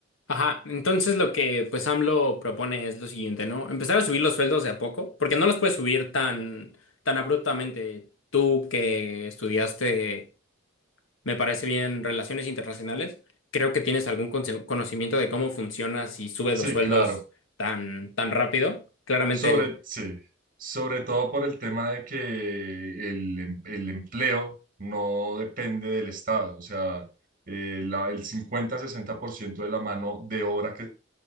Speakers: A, on the left; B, on the right.
A: ajá. Entonces lo que pues AMLO propone es lo siguiente, ¿no? Empezar a subir los sueldos de a poco, porque no los puedes subir tan, tan abruptamente. Tú que estudiaste Me parece bien relaciones internacionales. Creo que tienes algún conce- conocimiento de cómo funciona si sube
B: Sí,
A: los sueldos
B: claro.
A: tan, tan rápido. Claramente,
B: Sobre, sí, sobre todo por el tema de que el, em- el empleo no depende del Estado, o sea, eh, la- el cincuenta sesenta por ciento de la mano de obra que